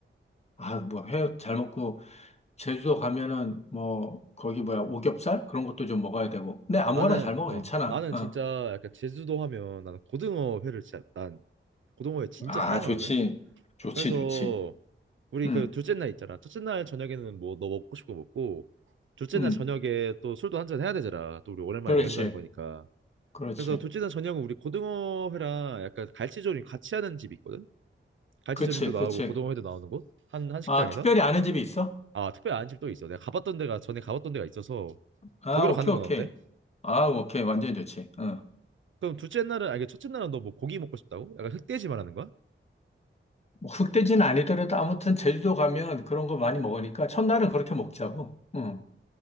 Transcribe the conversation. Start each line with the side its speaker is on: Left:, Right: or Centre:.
Left: 아, 뭐, 회 잘 먹고. 제주도 가면은 뭐 거기 뭐야 오겹살 그런 것도 좀 먹어야 되고
Right: 어.
Left: 근데 아무거나
Right: 나는
Left: 잘 먹어
Right: 어
Left: 괜찮아
Right: 나는
Left: 어.
Right: 진짜 약간 제주도 하면 나는 고등어 회를 진짜 난 고등어 회 진짜
Left: 아
Right: 사랑하거든.
Left: 좋지 좋지
Right: 그래서
Left: 좋지
Right: 우리
Left: 응
Right: 그 둘째 날 있잖아. 첫째 날 저녁에는 뭐 너 먹고 싶고 먹고 둘째
Left: 응
Right: 날 저녁에 또 술도 한잔 해야 되잖아. 또 우리 오랜만에
Left: 그렇지
Right: 여행 가는 거니까.
Left: 그렇지
Right: 그래서 둘째 날 저녁은 우리 고등어 회랑 약간 갈치조림 같이 하는 집이 있거든. 갈치조림도
Left: 그치
Right: 나오고
Left: 그치
Right: 고등어 회도 나오는 곳 한 한 식당에서
Left: 아 특별히 아는 집이 있어?
Right: 아 특별히 아는 집도 있어. 내가 가봤던 데가 전에 가봤던 데가 있어서
Left: 아
Right: 거기로
Left: 오케이
Right: 가는 건
Left: 오케이
Right: 어때?
Left: 아 오케이 완전 좋지 응.
Right: 그럼 둘째 날은 아니 첫째 날은 너 뭐 고기 먹고 싶다고? 약간 흑돼지 말하는 거야?
Left: 뭐 흑돼지는 아니더라도 아무튼 제주도 가면 그런 거 많이 먹으니까 첫날은 그렇게 먹자고 응